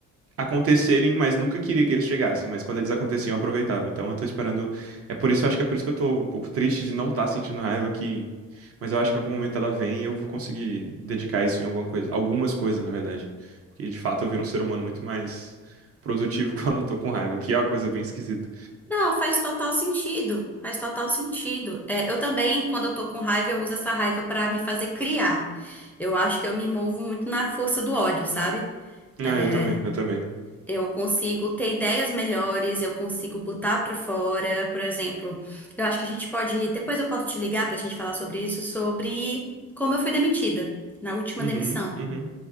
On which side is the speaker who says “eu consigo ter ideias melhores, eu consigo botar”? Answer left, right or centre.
Centre